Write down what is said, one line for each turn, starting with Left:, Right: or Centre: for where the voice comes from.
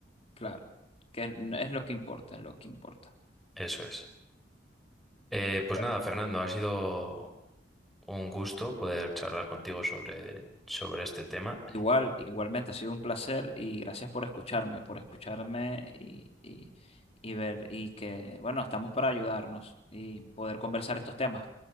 Left: claro. Que es es lo que importa, es lo que importa.
Centre: Eso es. Eh, pues
Left: Bueno.
Centre: nada, Fernando, ha sido un gusto poder charlar contigo sobre, sobre este tema.
Left: Igual, igualmente ha sido un placer y gracias por escucharme, por escucharme y, y, y ver, y que, bueno, estamos para ayudarnos y poder conversar estos temas.